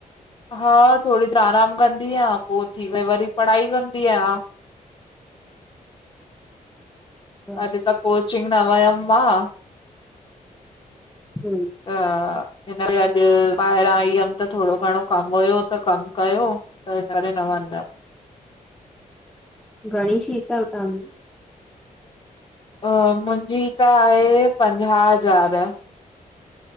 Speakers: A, on the left; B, in the centre.
A: हा थोरी त आराम कंदीयां पो उथी वई वरी पढ़ाई कंदी आहियां।
B: अच्छा
A: अॾ त कोचिंग न वयम् मां।
B: हां।
A: त हिन करे अॾ ॿाहिरां आई हुयम त थोरो घणो कम हुयो त कम कयो। त हिन करेे न वनयम्।
B: घणी फीस आ हुतांजी?
A: अ मुंजी त आहे पंजाह हज़ार।